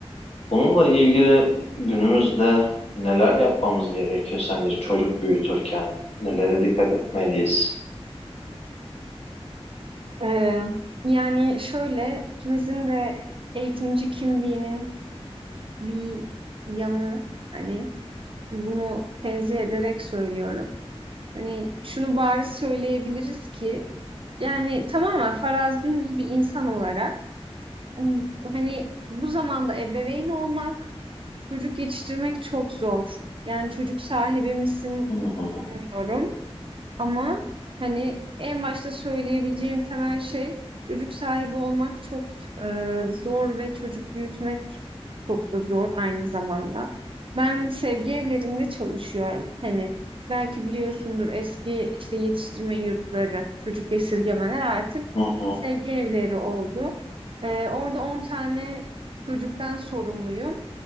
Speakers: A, on the left; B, on the right.
A: Bununla ilgili günümüzde neler yapmamız gerekiyor sence çocuk büyütürken? Nelere dikkat etmeliyiz?
B: Ee, yani şöyle ikimizin de eğitimci kimliğinin bir yanı hani bunu tenzih ederek söylüyorum. Hani şunu bariz söyleyebiliriz ki yani tamamen farazdümüz bir insan olarak um, hani bu zamanda ebeveyn olmak, çocuk yetiştirmek çok zor. Yani çocuk sahibi misin
A: Hı hı,
B: bilmiyorum. Ama hani en başta söyleyebileceğim temel şey çocuk sahibi olmak çok e, zor ve çocuk büyütmek çok da zor aynı zamanda. Ben sevgi evlerinde çalışıyorum. Hani belki biliyorsundur eski işte yetiştirme yurtları, çocuk esirgemeler artık
A: hı hı,
B: sevgi evleri oldu. E, orada 10 tane çocuktan sorumluyum.